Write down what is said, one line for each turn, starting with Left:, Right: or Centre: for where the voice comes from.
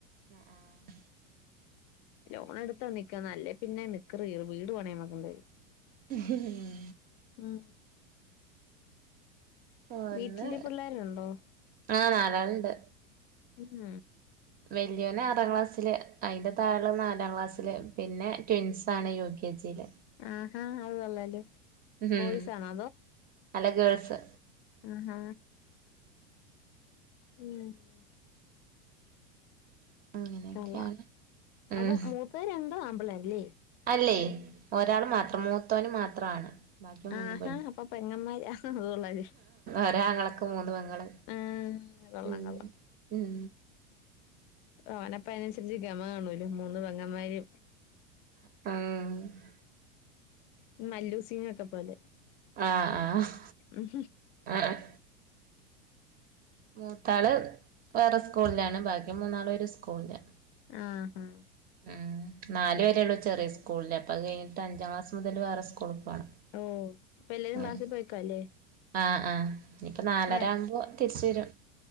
Right: അഹ് ആഹ്
Left: ലോൺടുത്താ നിക്കാ അല്ലേ പ്പിന്നെ നിക്കറു കീറും വീട് പണയം വയ്ക്കേണ്ടി വരും
Right: ഉ <unintelligible>
Left: ഉം
Right: ഒന്നെ
Left: വീട്ടില് പിള്ളേരുണ്ടോ
Right: ആഹ് നാലാളുണ്ട്
Left: ഉം
Right: വല്യോനെ ആറാം ക്ലാസ്സില് അയിന്റെ താഴെള്ളതെ നാലാം ക്ലാസ്സില് പിന്നെ ട്വിൻസാണ് യു കെ ജിയില്
Left: ആഹാ അതു കൊള്ളാലോ
Right: ഉം
Left: ബോയ്സ് ആണോ
Right: അല്ല ഗേൾസെ
Left: ആഹ് ഉം <unintelligible>
Right: അങ്ങനെയൊക്കെയാണ്
Left: കള്ളാ
Right: ഉം
Left: അപ്പം മൂത്തതുരണ്ടും ആമ്പിള്ളേരല്ലേ
Right: അല്ലേ ഒരാളു മാത്രം മൂത്തോന് മാത്രം ആണ് ബാക്കി മൂന്നും
Left: ആഹാ
Right: പെണ്ണ്
Left: അപ്പൊ പെങ്ങന്മാര് കൊള്ളാല്ലേ
Right: ഒരാങ്ങളക്ക്‌ മൂന്ന് പെങ്ങള്
Left: ആഹ് കൊള്ളാം
Right: ഉം
Left: കൊള്ളാം
Right: ഉം
Left: ഓന് അപ്പൊ അയിനനുസരിച്ച് ഗമ കാണുവല്ലോ മൂന്ന് പെങ്ങമ്മാര്
Right: ആഹ്
Left: മല്ലു സിങ്ങൊക്കെ പോലെ
Right: ആഹ്
Left: ഉം
Right: ആഹ് മൂത്താള് വേറെ സ്കൂളിലാണ് ബാക്കി മൂന്നാളും ഒരു സ്കൂളിലാ
Left: ആഹ് ഹാ
Right: ഉം നാലു വരെയുള്ളൂ ചെറിയ സ്കൂളില് അപ്പ അത് കഴിഞ്ഞിട്ട് അഞ്ചാം ക്ലാസ് മുതൽ വേറെ സ്കൂളി പോണം
Left: ഓഹ് അപ്പം എല്ലാരും
Right: അങ്ങനെ
Left: ക്ലാസി പോയേക്കുവാ അല്ലേ
Right: ആഹ് ആഹ് ഇനിപ്പൊ നാലരാവുമ്പോ
Left: വര
Right: തിരിച്ചു വരും